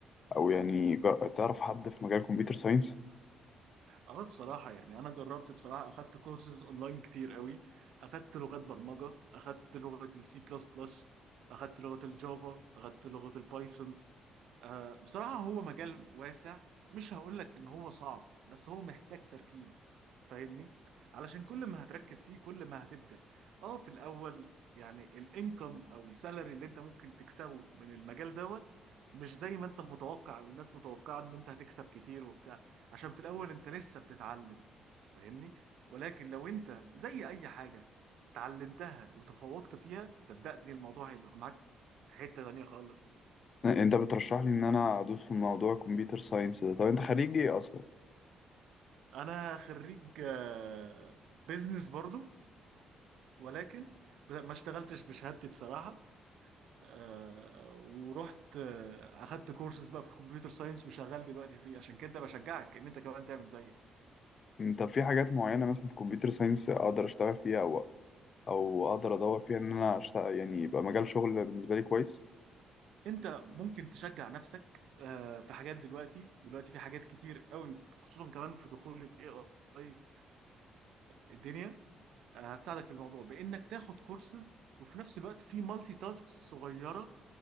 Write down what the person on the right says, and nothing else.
اه بصراحة يعني أنا جربت بصراحة أخدت كورسز أونلاين كتير قوي أخدت لغات برمجة أخدت لغة السي بلس بلس أخدت لغة الجافا أخدت لغة البايثون آه، بصراحة هو مجال واسع مش هقولك ان هو صعب بس هو محتاج تركيز فاهمني علشان كل ما هتركز فيه كل ما هتبدأ اه في الاول يعني الانكم او السالري اللي انت ممكن تكسبه من المجال دوت مش زي ما انت متوقع او الناس متوقعة ان انت هتكسب كتير وبتاع عشان في الاول انت لسه بتتعلم فاهمني ولكن لو انت زي اي حاجة اتعلمتها وتفوقت فيها صدقني الموضوع هيبقى معاك في حتة تانية خالص
انا خريج آه، بيزنس برضو ولكن ب- ما اشتغلتش بشهادتي بصراحة آه، ورحت آه، اخدت كورسز بقى في الكمبيوتر ساينس وشغال دلوقتي فيه عشان كده بشجعك ان انت كمان تعمل زيي
انت ممكن تشجع نفسك آه، في حاجات دلوقتي دلوقتي في حاجات كتير قوي خصوصا كمان في دخول الاي اي الدنيا آه، هتساعدك في الموضوع بانك تاخد كورسز وفي نفس الوقت في مالتي تاسكس صغيره